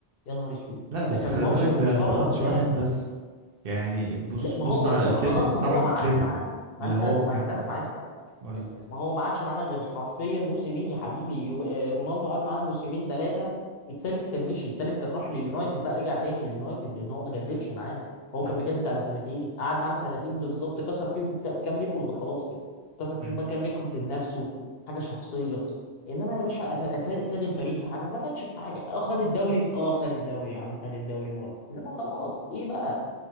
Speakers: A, on the left (about 65°); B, on the right (about 60°).
A: يا نهار اسود
B: لا بس
A: ده كان
B: خلي
A: ماتش
B: بالك
A: مش
B: ده ده
A: هقدر
B: ماتش
A: انساه
B: واحد بس يعني بص
A: لا
B: بص
A: ما هو
B: على
A: ما
B: اتلتيكو
A: خلاص ما
B: خرج
A: هو ما
B: اتلتيكو
A: عادش معانا ما
B: اللي
A: انت
B: هو
A: ما
B: كان
A: انت اسمع اسمع اسمع
B: قول
A: اسمع, اسمع هو ما عادش معانا غير حرفيا موسمين يا حبيبي يو... آه، رونالدو قعد معانا موسمين ثلاثه الثالث كان مشي الثالث كان راح لليونايتد بقى رجع تاني لليونايتد لان هو ما جددش معانا هو
B: مم،
A: كان مجدد على سنتين قعد معانا سنتين بالظبط كسر فيهم كام ريكورد خلاص كده كسر فيهم
B: مم،
A: بقى كام ريكورد لنفسه حاجه شخصيه انما يا باشا أف- أف- فاد الفريق في حاجه ما فادش في حاجه اه خد الدوري اه خد الدوري يا عم خد الدوري مره انما خلاص ايه بقى